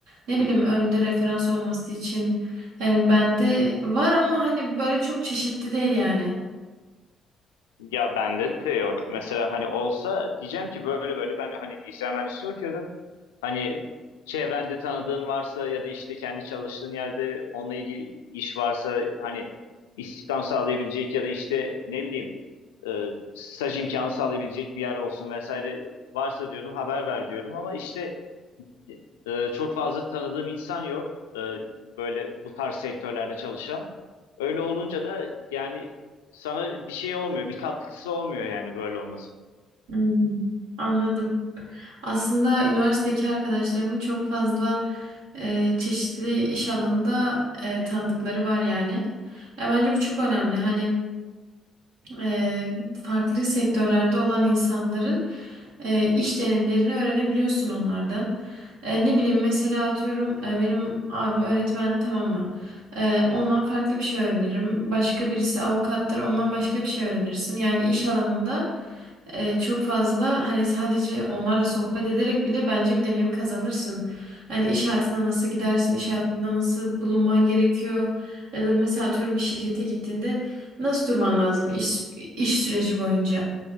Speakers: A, on the right; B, on the left.
A: ne bileyim önünde referans olması için. Yani bende var ama hani böyle çok çeşitli değil yani.
B: Ya bende de yok. Mesela hani olsa diyeceğim ki böyle böyle ben hani bilgisayar mühendisliği okuyorum. Hani çevrende tanıdığın varsa ya da işte kendi çalıştığın yerde onunla ilgili iş varsa hani istihdam sağlayabilecek ya da işte ne bileyim e, staj imkanı sağlayabilecek bir yer olsun vesaire varsa diyorum haber ver diyorum ama işte e, çok fazla tanıdığım insan yok e, böyle bu tarz sektörlerde çalışan. Öyle olunca da yani sana bir şey olmuyor, bir katkısı olmuyor yani böyle olmasın.
A: Hmm, anladım. Aslında üniversitedeki arkadaşlarımın çok fazla e, çeşitli iş alanında e, tanıdıkları var yani. Ya bence bu çok önemli. Hani e, farklı sektörlerde olan insanların e, iş deneyimlerini öğrenebiliyorsun onlardan. E, ne bileyim mesela atıyorum e, benim abim öğretmen tamam mı? E, ondan farklı bir şey öğrenirim. Başka birisi avukattır ondan başka bir şey öğrenirsin. Yani iş alanında e, çok fazla hani sadece onlarla sohbet ederek bile bence bir deneyim kazanırsın. Yani iş hayatına nasıl gidersin, iş hayatında nasıl bulunman gerekiyor. Ya da mesela atıyorum bir şirkete gittiğinde Nasıl durman lazım iş, iş süreci boyunca?